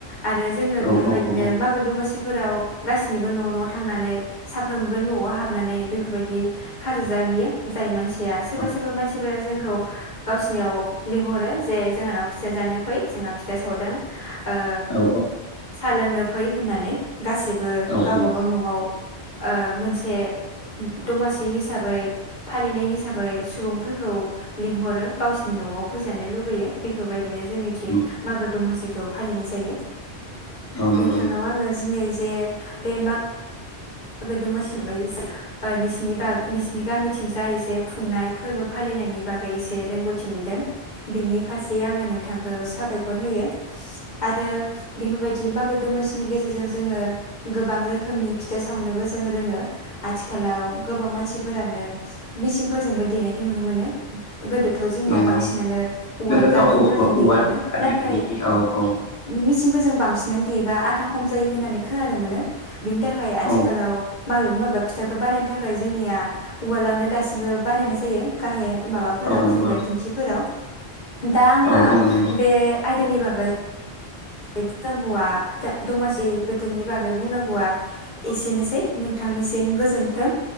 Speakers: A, on the left; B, on the left.
A: आरो जोंङो
B: औ
A: बेफोरबायदिनो
B: औ औ
A: मागो दमासि सिफोराव गाससिनिबो न न थांनानै साफ्रोमबो नआव हाबनानै बेफोरबायदि खाजा जाहैयो जायो मानसि गैया सोरबा
B: औ
A: सोरबा मानसिफोरा जोंखौ गावसिनियाव लिंहरो जे जोंहानाव फिथा जानो फै जोंहा फिथा सावदों ओ
B: औ
A: सा लोंनो फै होननानै गासैबो
B: औ नंगौ औ
A: गाव
B: नंगौ औ
A: बागाव न आव ओ मोनसे दमासि हिसाबै फालिनाय हिसाबै सुबुंफोरखौ लिंहरो गावसिनि नआव फैजानो लुगैयो। बेफोरबायदिनो जोंनि थि
B: औ
A: मागो दमासिखौ फालिनाय जायो।
B: नंगौ
A: नोंथांनाव आङोनै जे बे मा गोदो मसिननि बाग नसिोरनि गामिथिं जायो जे खुंनाय फोरबो फालिनायनि बागै से रोंगौथि मोनदों बिनि फारसे आङो नों बिथांखौ साबायखर होयो आरो। बेफोरबायदि मागो द म गेजेरजों जोङो गोबां रोखोमनि सावनोबो जोंङो रोङो आथि आथिखालाव गोबां मानसिफोरानो मिसिंफोरजोंबो देनायखौ नुनो मोनो। गोदोथ' जोंनिया
B: नंगौ
A: बांसिनानो उवाल
B: गोदोथ'
A: गाहेनफोरजों
B: औ औ उवाल
A: देयोमोन
B: आरो
A: नाथाय
B: दिंखि औ औ
A: मिसिंफोरजों बांसिन। बिनानै गैयोबा आथा खम जायो होननानै खोनानो मोनो बिनि थाखाय। आथिखालाव
B: औ
A: माबेबा माबेबा फिथाखौ बानायनो थाखाय जोंनिया उवालआवनो दासिमबो बानायनाय जायो गाहे माबाफोराव
B: औ नंगौ
A: जेनेबा दिंखिफोराव। दा आंहा
B: औ औ नंगौ
A: बे आयदानि बागै बुंनांगौआ दमासि बोथोरनि बागै बुंनांगौआ एसेनोसै नोंथांनिसिम गोजोन्थों।